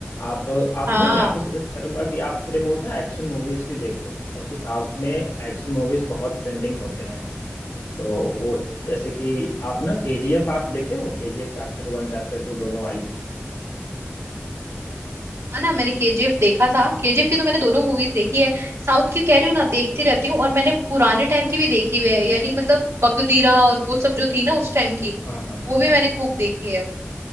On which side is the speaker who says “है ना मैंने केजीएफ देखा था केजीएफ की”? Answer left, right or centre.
Right